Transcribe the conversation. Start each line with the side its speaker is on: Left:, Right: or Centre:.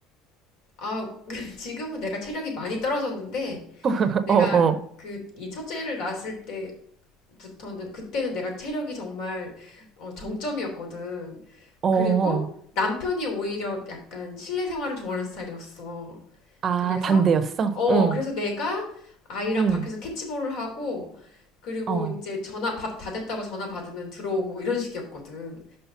Left: 아, <laughs> 지금은 내가 체력이 많이 떨어졌는데
Right: <laughs>
Left: 내가
Right: 어, 어,
Left: 그 이 첫째를 낳았을 때 부터는 그때는 내가 체력이 정말 어, 정점이었거든.
Right: 어.
Left: 그리고
Right: 어.
Left: 남편이 오히려 약간 실내 생활을 좋아하는 스타일이었어.
Right: 아,
Left: 그래서
Right: 반대였어?
Left: 어
Right: 응,
Left: 그래서 내가 아이랑
Right: 응,
Left: 밖에서 캐치볼을 하고 그리고
Right: 어.
Left: 이제 전화 밥 다 됐다고 전화 받으면 들어오고 이런 식이었거든.